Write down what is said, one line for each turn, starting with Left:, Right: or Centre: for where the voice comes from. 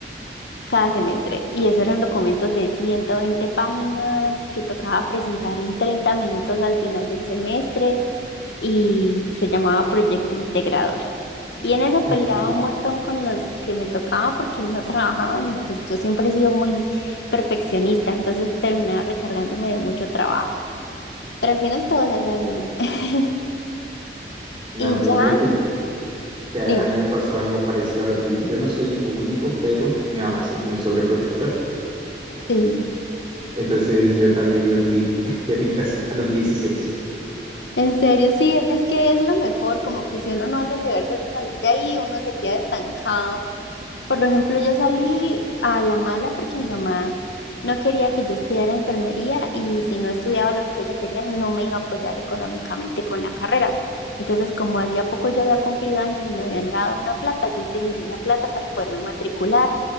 Left: cada semestre. Y eso eran documentos de 120 páginas que tocaba presentar en 30 minutos al final del semestre y se llamaba proyecto integrado. Y en eso
Right: ok.
Left: peleaba un montón con los que me tocaba porque no trabajaban y pues yo siempre he sido muy perfeccionista, entonces terminaba recargándome de mucho trabajo. Pero al final todo salía bien. <laughs>
Right: No,
Left: Y
Right: pues
Left: ya,
Right: mira que, que a,
Left: dime,
Right: a mí me pasó algo parecido a lo tuyo. Yo no soy hijo único, pero mi mamá sí es muy sobreprotectora.
Left: sí,
Right: Entonces yo también me fui <laughs> de mi casa a los dieciséis.
Left: en serio, sí, es que es lo mejor, como que si uno no hace el deber de salir de ahí, uno se queda estancado Por ejemplo, yo salí a la mala porque mi mamá no quería que yo estudiara enfermería y si no estudiaba lo que ella quería, no me iba a apoyar económicamente con la carrera. Entonces, como hacía poco yo había cumplido años y me habían dado una plata, yo utilicé esa plata para poderme matricular